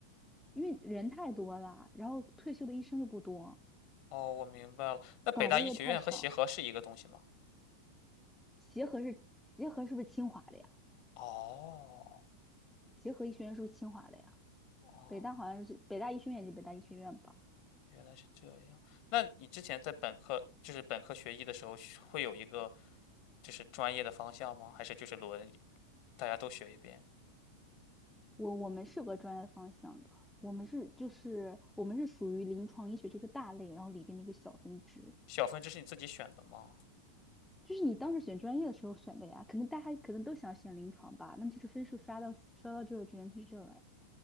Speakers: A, in the centre; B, on the left (about 45°).
A: 因为人太多了，然后退休的医生又不多，
B: 哦，我明白了。那北大医学院和协和是一个东西吗？
A: 岗位又太少。协和是协和是不是清华的呀？
B: 哦
A: 协和医学院是不是清华的呀？
B: 哦，
A: 北大好像是北大医学院，就北大医学院吧？
B: 原来是这样。那你之前在本科，就是本科学医的时候，学会有一个就是专业的方向吗？还是就是轮大家都学一遍？
A: 我我们是有个专业方向的，我们是就是我们是属于临床医学这个大类，然后里边的一个小分支。
B: 小分支是你自己选的吗？
A: 就是你当时选专业的时候选的呀，可能大家可能都想选临床吧，那就是分数刷到刷到这个只能去这了呀。